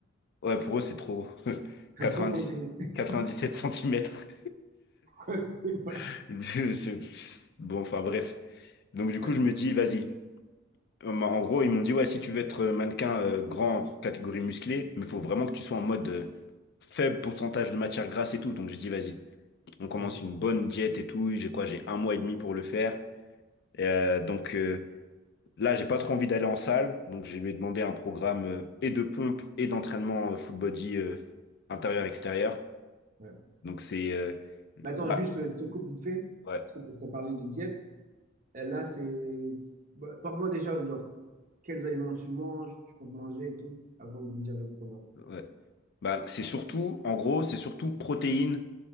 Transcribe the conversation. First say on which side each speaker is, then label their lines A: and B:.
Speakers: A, on the left (about 50°); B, on the right (about 40°).
A: ouais, pour eux, c'est trop <laughs>
B: <laughs>
A: 90,
B: Trop de pensées. <laughs>
A: 97 cm.
B: Quoi, c'est pas-
A: <laughs> Bon, enfin bref. Donc du coup,
B: Ouais.
A: je me dis, vas-y. Euh, bah, En gros, ils m'ont dit, ouais, si tu veux être euh, mannequin euh, grand, catégorie musclée, mais il faut vraiment que tu sois en mode euh, faible pourcentage de matière grasse et tout. Donc j'ai dit, vas-y, on commence
B: Donc, bon,
A: une bonne diète et tout. J'ai quoi? J'ai un mois et demi pour le faire. Et, euh, donc euh, là, j'ai pas trop envie d'aller en salle. Donc je lui ai demandé un programme euh, et de pompe et d'entraînement euh, full body euh, intérieur-extérieur.
B: ouais.
A: Donc c'est... euh,
B: Mais attends,
A: bah,
B: juste, je te coupe vite fait,
A: ouais,
B: parce que tu as parlé de diète. Et là, c'est... c'est- bah, Parle-moi déjà, genre, quels aliments tu manges, tu comptes manger et tout, avant de me dire le programme.
A: ouais. Bah, c'est surtout, en gros, c'est surtout protéines